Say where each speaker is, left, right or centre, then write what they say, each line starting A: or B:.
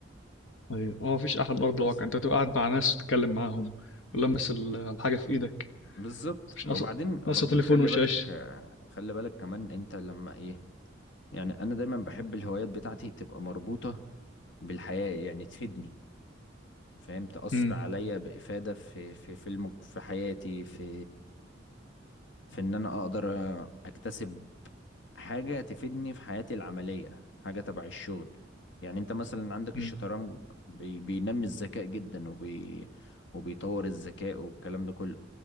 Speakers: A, on the left (about 80°); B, on the left (about 65°).
A: ايوه هو مفيش احلى من ارض
B: بس
A: الواقع انت تبقى قاعد مع ناس تتكلم معاهم ولمس ال- الحاجه في ايدك
B: بالظبط
A: مش ناقصه
B: وبعدين وبعدين
A: ناقصه تليفون
B: خلي
A: وشاشه
B: بالك آه، خلي بالك كمان انت لما ايه يعني انا دايما بحب الهوايات بتاعتي تبقى مربوطة بالحياة يعني تفيدني فاهم تأثر
A: امم
B: عليا بإفادة في في في الم... في حياتي في في ان انا اقدر اكتسب حاجة تفيدني في حياتي العملية حاجة تبع الشغل يعني انت مثلا عندك
A: امم
B: الشطرنج بي... بينمي الذكاء جدا وبي... وبيطور الذكاء والكلام ده كله